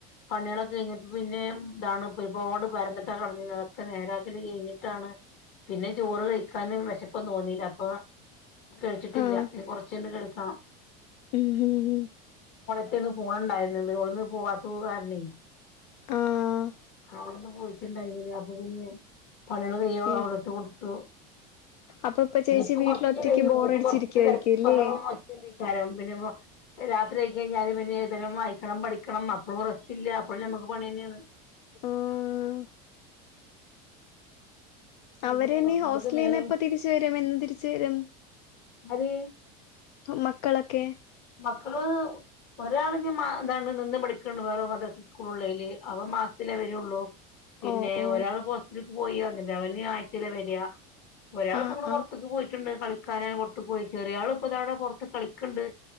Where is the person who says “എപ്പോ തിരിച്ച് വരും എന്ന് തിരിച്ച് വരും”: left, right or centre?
Left